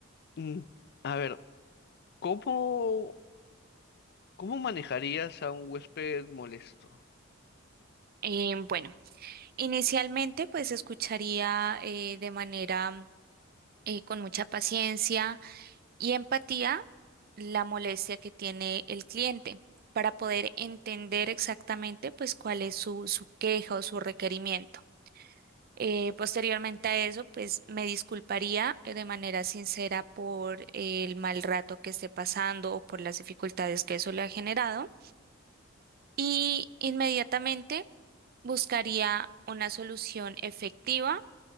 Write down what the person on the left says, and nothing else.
Mm, a ver, ¿cómo, cómo manejarías a un huésped molesto?